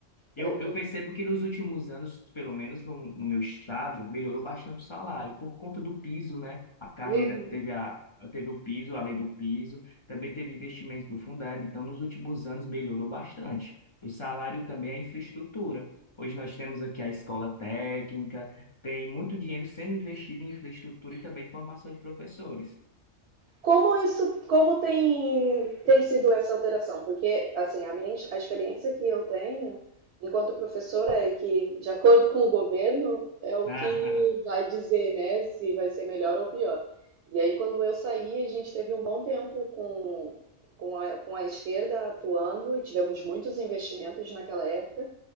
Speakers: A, on the left; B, on the right.
A: Eu,
B: Era o que
A: eu
B: eu
A: percebo que nos últimos anos, pelo menos no, no meu estado, melhorou bastante o salário, por conta do piso, né? A carreira
B: Uhum.
A: teve, a, teve o piso, a lei do piso, também teve investimentos do Fundeb, então nos últimos anos melhorou bastante. O salário também é a infraestrutura. Hoje nós temos aqui a escola técnica, tem muito dinheiro sendo investido em infraestrutura e também de formação de professores.
B: Como isso, como tem, tem sido essa alteração? Porque, assim, a minha, a experiência que eu tenho enquanto professora é que, de acordo com o governo, é o
A: <laughs>
B: que vai dizer, né, se vai ser melhor ou pior. E aí, quando eu saí, a gente teve um bom tempo com, com a, com a esquerda atuando e tivemos muitos investimentos naquela época